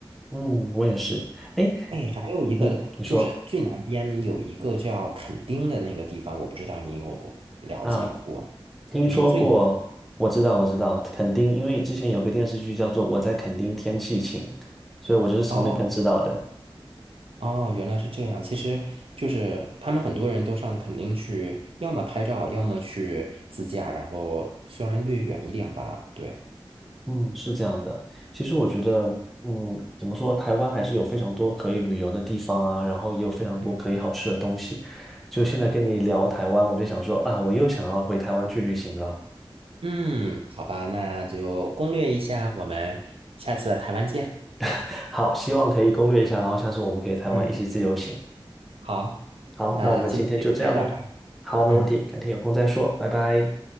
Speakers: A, in the centre; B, on the right.
A: 嗯，我也是。哎，
B: 哎，还有一个就是最南边有一个叫垦丁的那个地方，
A: 嗯，你说
B: 我不知道你有了解吗过吗？
A: 啊？听说过，
B: 就是最南。
A: 我知道，我知道，垦丁，因为之前有个电视剧叫做《我在垦丁天气晴》，所以我就是从那边知道的。
B: 哦哦，原来是这样。其实就是他们很多人都上垦丁去，要么拍照，要么去自驾，然后虽然略远一点吧，对。
A: 嗯，是这样的。其实我觉得，嗯，怎么说，台湾还是有非常多可以旅游的地方啊，然后也有非常多可以好吃的东西。
B: 嗯
A: 就现在跟你聊台湾，我就想说啊，我又想要回台湾去旅行了。
B: 嗯，好吧，那就攻略一下，我们下次台湾见。
A: <laughs> 好，希望可以攻略一下，然后下次我们可以台湾一起自由行。
B: 嗯，好，
A: 好，
B: 那今天就先聊到这儿。
A: 那我们今天就这样喽。好，没问题，
B: 嗯。
A: 改天有空再说，拜拜。